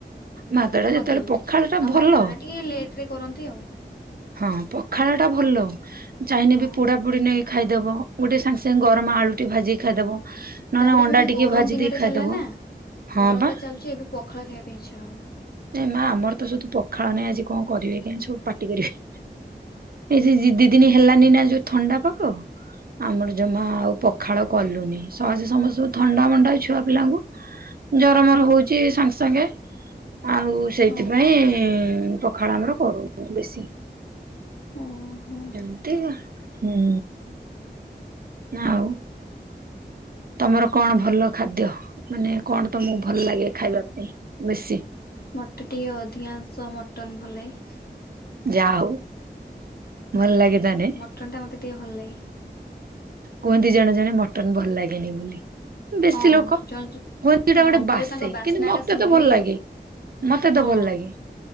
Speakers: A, on the right; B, on the left.
A: ମାଦଡା
B: କରିଦିଅନ୍ତି।
A: ଯେତେବେଳେ, ପଖାଳ ଟା
B: ଆଉ
A: ଭଲ।
B: ଭାତଟା ଟିକେ ଲେଟ୍ ରେ କରନ୍ତି ଆଉ
A: ହଁ, ପଖାଳ ଟା ଭଲ। ଚାହିଁନେ
B: ହଁ
A: ବି ପୋଡା ବୁଡି ନେଇକି ଖାଇଦବ। ଗୋଟେ ସାଙ୍ଗେ, ସାଙ୍ଗେ
B: ହୁଁ।
A: ଗରମ ଆଳୁଟି ଭାଜିକି ଖାଇଦବ। ନହେଲେ
B: ତାପରେ
A: ଅଣ୍ଡା
B: ଏବେ ଏବେ
A: ଟିକେ
B: ଗରମ
A: ଭାଜି
B: ଦିନଟା
A: ଦେଇ ଖାଇଦବ
B: ଚାଲିଲା ନା।
A: ହଁ
B: ଗରମ
A: ବା।
B: ଟା ଚାଲୁଛି ଏବେ ପଖାଳ ଖାଇବା ପାଇଁ ଇଛା ହବ।
A: ଏ ମା ଆମର ତ ସୁଧୁ ପଖାଳ ନାହିଁ ଆଜି କଣ କରିବେ କେଇଆଣେ ସବୁ ପାଟି କରିବେ। ଏଇ ସେ ଦି ଦି ଦିନ ହେଲାନି ନା ଯୋଉ ଥଣ୍ଡା ପାଗ। ଆମର ଜମା ଆଉ ପ ପଖାଳ କଲୁନି। ସହଜେ ସମସ୍ତଙ୍କୁ ଥଣ୍ଡା ମଣ୍ଡା ଛୁଆ ପିଲାଙ୍କୁ। ଜର ମର
B: ହଁ
A: ହଉଚି ସାଙ୍ଗେ ସାଙ୍ଗେ। ଆଉ ସେଇଥିପାଇଁ
B: ହୁଁ
A: ପଖାଳ ଆମର କରୁନୁ ବେଶୀ।
B: ହଁ। ଓହୋ
A: ଏମିତିକା ହୁଁ। ନା ଆଉ ତୋମର କଣ ଭଲ ଖାଦ୍ୟ? ମାନେ କଣ ତୋମକୁ ଭଲ ଲାଗେ ଖାଇବା ପାଇଁ ବେଶୀ?
B: ମୋତେ ଟିକେ ଅଧିକାଂଶ ମଟନ୍ ଭଲ ଲାଗେ।
A: ଯା ହଉ, ଭଲ ଲାଗେ ତାନେ।
B: ମଟନ୍ ଟା ମୋତେ ଟିକେ ଭଲ ଲାଗେ।
A: କୁହନ୍ତି ଜଣେ, ଜଣେ ମଟନ୍ ଭଲ ଲାଗେନି ବୋଲି। ବେଶୀ
B: ହଁ
A: ଲୋକ <inaudible>
B: ଜଣେ
A: ଏଟା
B: ହଁ
A: ଗୋଟେ
B: କହିବେ
A: ବାସେ
B: ତାଙ୍କ ବାସ୍ନା
A: କିନ୍ତୁ ମୋତେ
B: ଟା ଶୁଙ୍ଘିଲେ
A: ତ ଭଲ ଲାଗେ। ମୋତେ
B: ହଁ
A: ତ ଭଲ ଲାଗେ।